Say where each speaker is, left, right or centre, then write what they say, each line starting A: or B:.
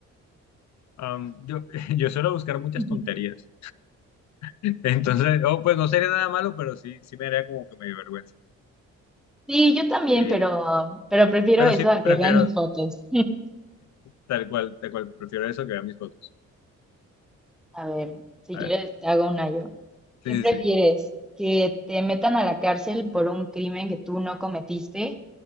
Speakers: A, on the left; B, in the centre.
A: Um, yo, yo suelo buscar muchas
B: <laughs>
A: tonterías. Entonces, oh, pues no sería nada malo, pero sí, sí me haría como que me dio vergüenza.
B: Sí, yo también,
A: Eh,
B: pero, pero prefiero
A: pero
B: eso
A: sí
B: a que
A: prefiero,
B: vean mis fotos.
A: tal cual, tal cual, prefiero eso que ver mis fotos.
B: A ver, si
A: A
B: quieres,
A: ver,
B: te hago una yo.
A: sí,
B: ¿Qué prefieres?
A: sí, sí.
B: ¿Que te metan a la cárcel por un crimen que tú no cometiste